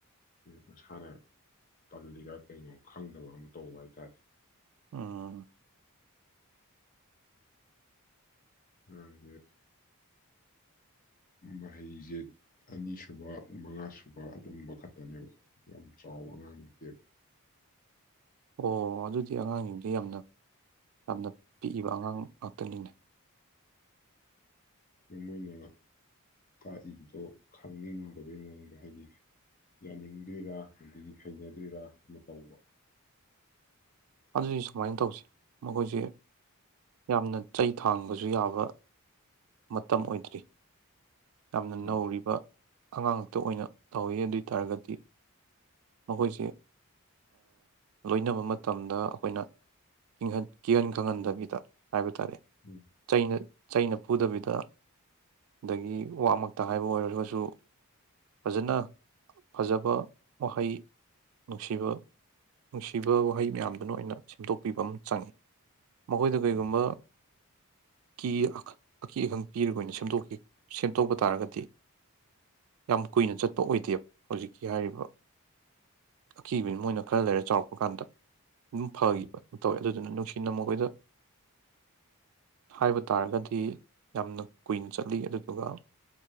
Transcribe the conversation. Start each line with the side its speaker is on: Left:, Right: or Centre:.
Left: ꯃꯁꯥꯅ ꯄꯜꯂꯤꯔꯥ ꯀꯩꯅꯣ ꯈꯪꯗꯕ ꯑꯃ ꯇꯧꯕ ꯍꯥꯏꯇꯥꯔꯦ
Right: ꯎꯝ
Left: ꯑꯗꯤ ꯃꯍꯩꯁꯦ ꯑꯅꯤꯁꯨꯕ ꯃꯉꯥꯁꯨꯨꯕ ꯑꯗꯨꯝꯕ ꯈꯛꯇꯅꯦꯕ ꯌꯥꯝ ꯆꯥꯎꯕ ꯑꯉꯥꯡ ꯅꯠꯇꯦꯕ
Right: ꯑꯣ ꯑꯗꯨꯗꯤ ꯑꯉꯥꯡꯁꯤꯡꯗ ꯌꯥꯝꯅ ꯌꯥꯝꯅ ꯄꯤꯛꯏꯕ ꯑꯉꯥꯡ ꯉꯥꯛꯇꯅꯤꯅꯦ
Left: ꯃꯣꯏꯅ ꯇꯥꯛꯏꯕꯗꯣ ꯈꯪꯅꯤꯡꯗꯕꯩ ꯃꯑꯣꯡꯗ ꯍꯥꯏꯗꯤ ꯌꯥꯅꯤꯡꯗ꯭ꯔꯤꯔꯥ ꯑꯗꯒꯤ ꯍꯩꯅꯗ꯭ꯔꯤꯔꯥ ꯑꯃ ꯇꯧꯕ
Right: ꯑꯗꯨꯗꯤ ꯁꯨꯃꯥꯏꯅ ꯇꯧꯁꯤ ꯃꯈꯣꯏꯁꯦ ꯌꯥꯝꯅ ꯆꯩ ꯊꯥꯡꯕꯁꯨ ꯌꯥꯕ ꯃꯇꯝ ꯑꯣꯏꯗ꯭ꯔꯤ ꯌꯥꯝꯅ
Left: ꯑꯧ
Right: ꯅꯧꯔꯤꯕ ꯑꯉꯥꯡꯇ ꯑꯣꯏꯅ ꯇꯧꯋꯤ ꯑꯗꯨ ꯑꯣꯏꯇꯥꯔꯒꯗꯤ ꯃꯈꯣꯏꯁꯦ ꯂꯣꯏꯅꯕ ꯃꯇꯝꯗ ꯑꯩꯈꯣꯏꯅ ꯀꯤꯍꯟ ꯀꯤꯍꯟ ꯈꯪꯍꯟꯗꯕꯤꯗ ꯍꯥꯏꯕ ꯇꯥꯔꯦ
Left: ꯎꯝ
Right: ꯆꯩꯅ ꯆꯩꯅ ꯐꯠꯇꯕꯤꯗ ꯑꯗꯒꯤ ꯋꯥꯃꯛꯇ ꯍꯥꯏꯕ ꯑꯣꯏꯔꯔꯒꯁꯨ ꯐꯖꯅ ꯐꯖꯕ ꯋꯥꯍꯩ ꯅꯨꯡꯁꯤꯕ ꯅꯨꯡꯁꯤꯕ ꯋꯥꯍꯩ ꯃꯌꯥꯝꯗꯨꯅ ꯑꯣꯏꯅ ꯁꯦꯝꯗꯣꯛꯄꯤꯕ ꯑꯃ ꯆꯪꯉꯤ ꯃꯈꯣꯏꯗ ꯀꯔꯤꯒꯨꯝꯕ
Left: ꯎꯝ
Right: ꯀ ꯑ ꯑꯀꯤ ꯑꯈꯪ ꯄꯤꯔꯒ ꯑꯣꯏꯅ ꯁꯦꯝꯗꯣꯛꯈꯤ ꯁꯦꯝꯗꯣꯛꯄ ꯇꯥꯔꯒꯗꯤ ꯌꯥꯝ ꯀꯨꯏꯅ ꯆꯠꯄ ꯑꯣꯏꯗꯦꯕ ꯍꯧꯖꯤꯛꯀꯤ ꯍꯥꯏꯔꯤꯕ ꯑꯀꯤꯕꯅꯤ ꯃꯣꯏꯅ ꯈꯔ ꯂꯩꯔꯦ ꯆꯥꯎꯔꯛꯄ ꯀꯥꯟꯗ ꯑꯗꯨꯝ ꯐꯈꯤꯕ
Left: ꯎꯝ
Right: ꯇꯧꯋꯦ ꯑꯗꯨꯅ ꯅꯨꯡ ꯑꯅ ꯃꯈꯣꯏꯗ ꯍꯥꯏꯕ ꯇꯥꯔꯒꯗꯤ ꯌꯥꯝꯅ ꯀꯨꯏꯅ ꯆꯠꯂꯤ ꯑꯗꯨꯗꯨꯒ